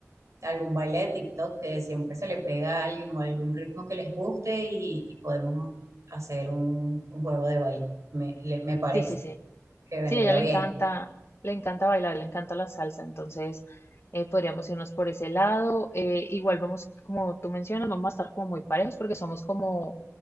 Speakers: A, on the right (about 75°); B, on the left (about 55°).
A: algún baile de TikTok que siempre se le pega a alguien o algún ritmo que les guste y, y podemos hacer un, un juego de baile. Me, le- me parece
B: Sí, sí, sí.
A: que vendría
B: Sí, a ella le
A: bien.
B: encanta, le encanta bailar, le encanta la salsa, entonces eh, podríamos irnos por ese lado. Eh, igual vamos, como tú mencionas, vamos a estar como muy parejos porque somos como